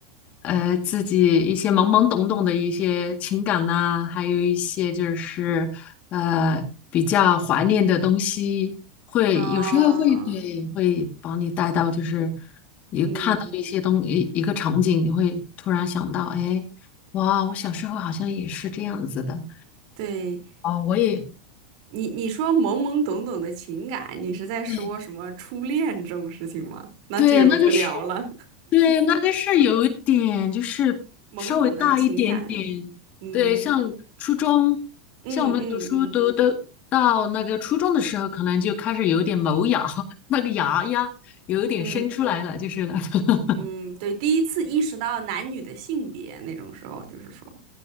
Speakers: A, on the left; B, on the right.
A: 呃，自己一些懵懵懂懂的一些情感呐、还有一些就是呃比较怀念的东西，
B: 啊？
A: 有时候会对会把你带到就是你看到一些东一一个场景，
B: 嗯，
A: 你会突然想到，哎，哇，我小时候好像也是这样子的。
B: 对，
A: 哦，我也
B: 你你说懵懵懂懂的情感，你是在说什么初恋这种事情吗？
A: 对
B: 那就有的聊了，
A: 对，那就是。对，那个是有一点，就是稍微大一点点。
B: <laughs> 懵懂的情感，嗯
A: 对，像初中，
B: 嗯嗯嗯
A: 像我们读书读的到那个初中的时候，可能就开始有点萌芽，<laughs> 那个芽呀，有一点生出来了，
B: 嗯
A: 就是那个，
B: 嗯，
A: <laughs>
B: 对，第一次意识到男女的性别那种时候，就是说。